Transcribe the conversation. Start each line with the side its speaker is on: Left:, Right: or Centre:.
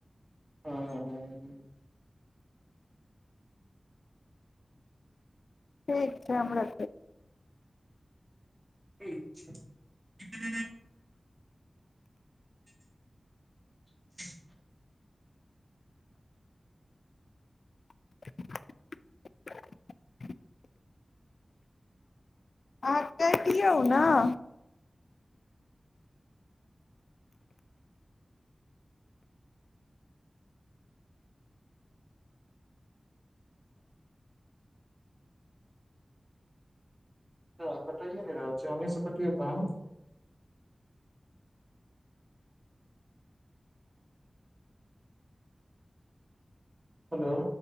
Right: हँ ह
Left: ठीक छै हमरा
Right: ठीक छै ह <inaudible>
Left: <inaudible> अहाँ कहि दियौ न
Right: त कटाइए नहि रहल छै ओन्हिसँ कटियो त हेलो